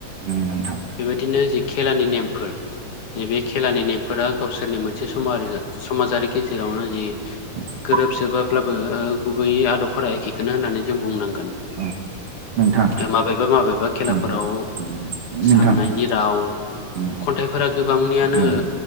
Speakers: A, on the right; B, on the left.
A: उम नोंथां
B: बेबायदिनो जे खेलानि नेमफोर नैबे खेलानि नेमफोरा गावसोरनि मोनसे सम समाजारि गेजेरावनो जि
A: आ
B: गोरोबजोबाब्लाबो गुबैयै आदबफोरा एखेखौनो होननानै जों बुंनांगोन
A: उम नोंथां
B: माबेबा माबेबा खेलाफोराव
A: उम नोंथां
B: साननायनि राव
A: उम
B: खन्थाइफोरा गोबांनियानो
A: उम